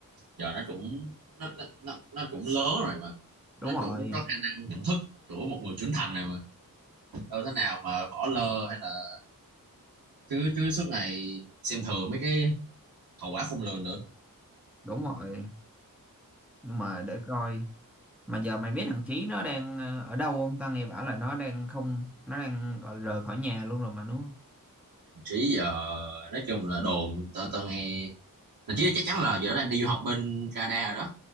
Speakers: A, on the right; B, in the centre.
A: giờ nó cũng nó nó nó, nó cũng lớn rồi mà
B: đúng
A: nó
B: rồi
A: cũng có khả năng nhận thức của một người trưởng thành này đâu thế nào mà bỏ lơ hay là cứ cứ suốt ngày xem thường mấy cái hậu quả khôn lường nữa
B: đúng rồi nhưng mà để coi mà giờ mày biết thằng trí nó đang ờ, ở đâu không tao nghe bảo là nó đang không nó đang gọi rời khỏi nhà luôn rồi mà đúng không
A: trí giờ nói chung là đồn tao tao nghe thậm chí chắc chắn là giờ nó đang đi du học bên Canada rồi đó